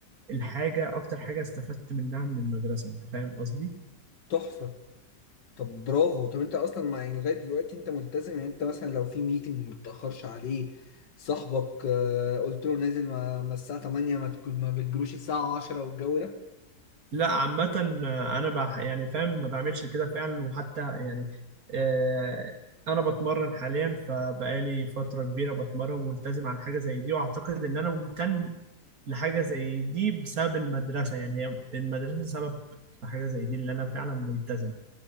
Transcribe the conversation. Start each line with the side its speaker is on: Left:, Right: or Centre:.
Right: الحاجة أكتر حاجة استفدت منها من المدرسة أنت فاهم قصدي؟
Left: تحفة طب برافو طب انت اصلا ما يعني لغايه دلوقتي انت ملتزم يعني انت مثلا لو في ميتنج ما بتاخرش عليه صاحبك آه، قلت له نازل ما, ما الساعه 8 ما, تكون- ما بتجروش الساعه 10 والجو ده
Right: لا عامة أنا بح يعني فاهم ما بعملش كده فعلا وحتى يعني آه أنا بتمرن حاليا فبقالي فترة كبيرة بتمرن وملتزم على حاجة زي دي وأعتقد إن أنا ممتن لحاجة زي دي بسبب المدرسة يعني هي المدرسة سبب في حاجة زي دي اللي أنا فعلا ملتزم